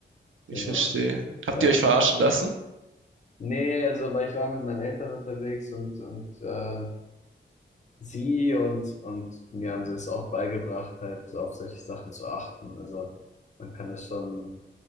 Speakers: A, on the right (about 80°); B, on the left (about 35°).
A: Ich
B: genau.
A: verstehe.
B: Ja.
A: Habt ihr euch verarschen lassen?
B: Nee, also, weil ich war mit meinen Eltern unterwegs und, und äh, sie und, und mir haben sie es auch beigebracht, halt auf solche Sachen zu achten. Also man kann das schon.